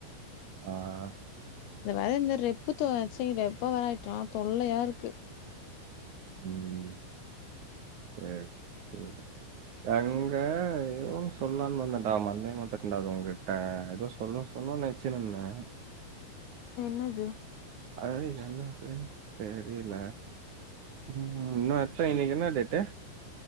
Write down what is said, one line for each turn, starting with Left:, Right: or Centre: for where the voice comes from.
Right: ஆ ஆ
Left: இந்த வேற இந்த ரெப்பு துவைச்சே ரெப்ப வர ஆயிட்டா தொல்லையா இருக்கு
Right: ம் அ செரி அங்க ஏதோ ஒன்னு சொல்லான்னு வந்தேன்டா மறந்தே வந்துடன்டா உன்கிட்ட ஏதோ சொல்லுனு சொல்லுனு நெனைச்சிருந்தே
Left: என்னது
Right: அது என்னனே தெரில ம் மச்சான் இன்னைக்கி என்னா டேட்டு